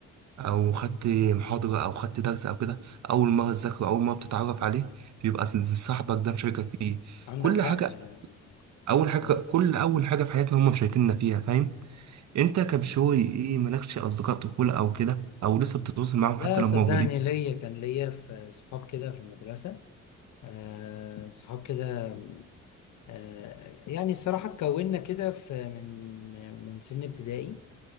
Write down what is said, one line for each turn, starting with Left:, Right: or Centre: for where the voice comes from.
Right: أو خدت محاضرة أو خدت درس أو كده أول مرة تذاكره أول مرة بتتعرف عليه بيبقى صاحبك ده مشاركك فيه
Left: عندك
Right: كل
Left: حق
Right: حاجة
Left: يعني
Right: أول حاجة
Left: آه،
Right: كل أول حاجة في حياتنا هم مشاركيننا فيها فاهم انت كبشوي ايه مالكش اصدقاء طفولة او كده او لسه بتتواصل معاهم
Left: لا
Right: حتى لو
Left: صدقني
Right: موجودين
Left: ليا كان ليا في صحاب كده في المدرسة آه، صحاب كده آه، يعني الصراحة اتكوننا كده في من من سن ابتدائي